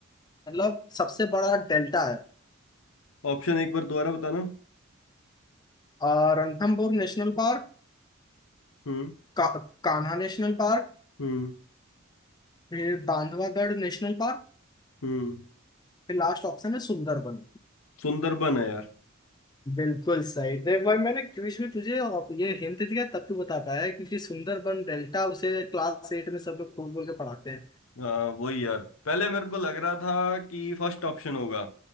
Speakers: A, on the left; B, on the left.
A: मतलब सबसे बड़ा डेल्टा है
B: ऑप्शन एक बार दोबारा बताना
A: और रणथंभौर नेशनल पार्क
B: हम्म
A: का, कान्हा नेशनल पार्क
B: हम्म
A: फिर बांधवागढ़ नेशनल पार्क
B: हम्म
A: फिर लास्ट ऑप्शन है सुंदरबन
B: सुंदरबन है यार
A: बिल्कुल सही देख भाई मैंने क्विज में तुझे और ये हिंट दिया तब तू बता पाया क्योंकि सुंदरबन डेल्टा उसे क्लास एट में सब लोग खोल बोल के पढ़ाते हैं
B: हाँ वही यार पहले मेरे को लग रहा था कि फर्स्ट ऑप्शन होगा